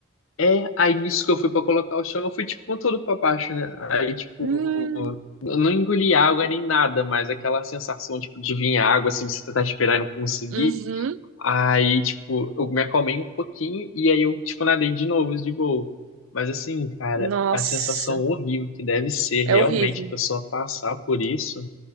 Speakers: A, on the left; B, on the right.
A: é? Aí nisso que eu fui pra colocar o chão, eu fui, tipo, com tudo pra baixo, né? Aí, tipo,
B: Hum,
A: Eu Não engoli água nem nada, mas aquela sensação, tipo, de vir água, assim, você tentar esperar e não conseguir.
B: uhum.
A: Aí, tipo, eu me acalmei um pouquinho e aí eu, tipo, nadei de novo, de boa. Mas assim, cara,
B: Nossa,
A: a sensação horrível que deve ser realmente
B: é horrível.
A: a pessoa passar por isso.